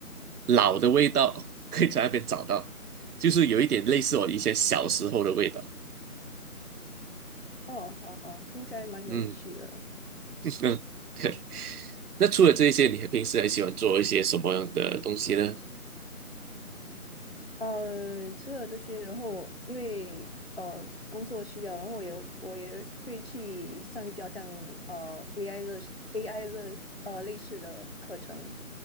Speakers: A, on the right; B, on the left.
A: 老的味道可以在那边找到，就是有一点类似我一些小时候的味道。
B: 哦，好好，听起来蛮有趣的。
A: 嗯，嗯。<laughs> 那除了这些，你平时还喜欢做一些什么样的东西呢？
B: 呃，除了这些，然后因为呃工作需要，然后我也我也会去上一些好像呃 AI 的 AI 的呃类似的课程，